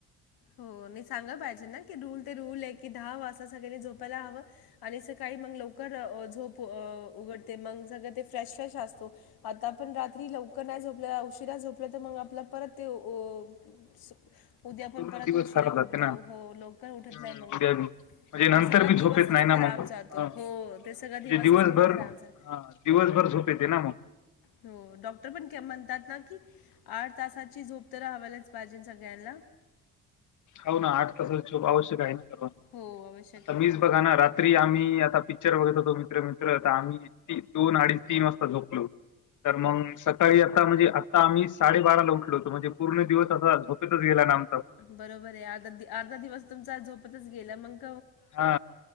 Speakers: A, on the left; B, on the left.
A: ह <inaudible> हो नही सांगा पाहिजे ना की रूल ते रूल एकी दहा वास्ता सगळ्यांनी झोपायला हवं आणि सका नै मंग लौकर झोप उघड ते मंग सगळ ते फ्रेश्रेश असतो आता आपण रात्री लवकर नाही झोपल्या उशिरा झोपल्या तर मंग आपला परत ते ओस उद्या आपण
B: पूर्ण
A: परत
B: दिवस
A: उशीरा
B: खराब
A: उठतो
B: जाते ना.
A: हो लोकर उठत
B: हम्म
A: नाही मंग
B: उद्या
A: आपण
B: बी म्हणजे नंतर
A: मंग सगळा
B: बी
A: दिवसच
B: झोप येत नाही ना
A: खराब
B: मग
A: जातो.
B: हा म्हणजे
A: हो, ते सगळा दिवसच
B: दिवसभर
A: मग खराब जातो.
B: ह दिवसभर झोप येते ना म
A: हो डॉक्टर पण के म्हणतात ना की आठ तासाची झोप तर हवालाच पाहिजे सगळ्यांनला
B: हो ना आठ तासाची झोप आवश्यक आहे ना
A: हो, आवश्यक
B: आता
A: आहे.
B: मीच बघा ना रात्री आम्ही आता पिक्चर बघत होतो मित्र मित्र तर आम्ही ती दोन अड अडीच तीन वाजता झोपलो तर मंग सकाळी आता म्हणजे आता आम्ही साडेबाराला उठलोतो म्हणजे पूर्ण दिवस आता झोपेतच गेला नामत
A: बरोबर आहे अर्धा दि अर्धा दिवस तुमचा झोपतच गेला मंग
B: हा